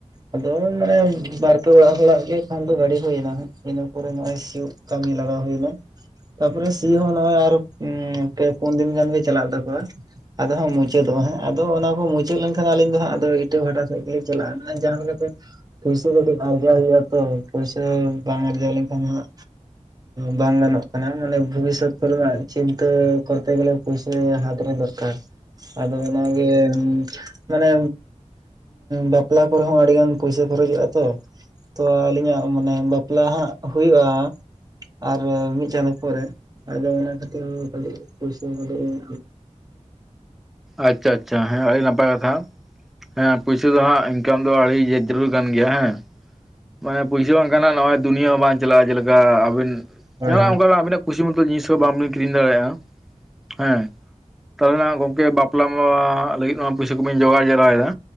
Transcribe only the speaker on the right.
ᱟᱫᱚ ᱢᱟᱱᱮ ᱵᱟᱨᱯᱮ ᱚᱲᱟᱜ ᱦᱚᱲᱟᱜ ᱜᱮ ᱠᱷᱟᱱ ᱫᱚ ᱜᱟᱹᱰᱤ ᱦᱩᱭᱮᱱᱟ, ᱤᱱᱟᱹ ᱯᱚᱨᱮ ᱱᱚᱜ ᱚᱭ ᱥᱤᱭᱳᱜ ᱠᱟᱹᱢᱤ ᱞᱟᱜᱟᱣ ᱦᱩᱭᱱᱟ᱾ ᱛᱟᱨᱯᱚᱨᱮ ᱥᱤ ᱦᱚᱸ ᱱᱚᱜᱚᱭ ᱟᱨ ᱯᱮ ᱯᱩᱱ ᱫᱤᱱ ᱜᱟᱱ ᱪᱟᱞᱟᱜ ᱛᱟᱠᱚᱣᱟ᱾ ᱟᱫᱚ ᱦᱟᱸᱜ ᱢᱩᱪᱟᱹᱫᱚᱜᱼᱟ ᱦᱟᱜ ᱟᱫᱚ ᱚᱱᱟ ᱠᱚ ᱢᱩᱪᱟᱹᱫ ᱞᱮᱱᱠᱷᱟᱱ ᱟᱹᱞᱤᱧ ᱫᱚ ᱦᱟᱸᱜ ᱟᱫᱚ ᱤᱴᱟᱹ ᱵᱷᱟᱴᱟ ᱥᱮᱫ ᱜᱮᱞᱤᱧ ᱪᱟᱞᱟᱜᱼᱟ, ᱢᱟᱱᱮ ᱡᱟᱦᱟᱸ ᱞᱮᱠᱟᱛᱮ ᱯᱩᱭᱥᱟᱹ ᱠᱟᱹᱴᱤᱡ ᱟᱨᱡᱟᱣ ᱦᱩᱭᱩᱜᱼᱟ ᱛᱚ, ᱯᱚᱭᱥᱟᱹ ᱵᱟᱝ ᱟᱨᱡᱟᱣ ᱞᱮᱱᱠᱷᱟᱱ ᱦᱟᱸᱜ᱾ ᱵᱟᱝ ᱜᱟᱱᱚᱜ ᱠᱟᱱᱟ, ᱢᱟᱱᱮ ᱵᱷᱚᱵᱤᱥᱥᱚᱛ ᱠᱚᱨᱮᱱᱟᱜ ᱪᱤᱱᱛᱟᱹ ᱠᱚᱨᱛᱮ ᱜᱮᱞᱮ ᱯᱚᱭᱥᱟ ᱦᱟᱛᱨᱮ ᱫᱚᱨᱠᱟᱨ ᱟᱫᱚ ᱚᱱᱟᱜᱮ ᱢᱟᱱᱮ ᱵᱟᱯᱞᱟ ᱠᱚᱨᱮ ᱦᱚᱸ ᱟᱹᱰᱤ ᱜᱟᱱ ᱯᱩᱭᱥᱟ ᱠᱷᱚᱨᱚᱪᱚᱜᱼᱟ ᱛᱚ᱾ ᱛᱚ ᱟᱹᱞᱤᱧᱟᱜ ᱢᱟᱱᱮ ᱵᱟᱯᱞᱟ ᱦᱟᱸᱜ ᱦᱩᱭᱩᱼᱟ᱾ ᱟᱨ ᱢᱤᱫ ᱪᱟᱸᱫᱚ ᱯᱚᱨᱮ ᱟᱫᱚ ᱚᱱᱟ ᱠᱷᱟᱹᱛᱤᱨ ᱠᱟᱹᱴᱤᱡ ᱯᱚᱭᱥᱟ ᱠᱟᱹᱴᱤᱡ ᱤᱧ
ᱦᱳᱭ